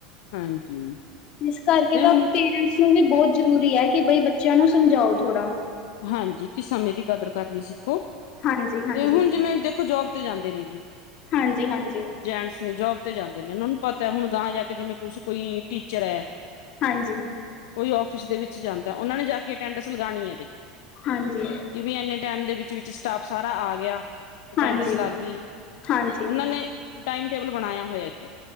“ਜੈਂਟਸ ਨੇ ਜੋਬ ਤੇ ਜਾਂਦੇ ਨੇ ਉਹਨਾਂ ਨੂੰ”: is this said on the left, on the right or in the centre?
Left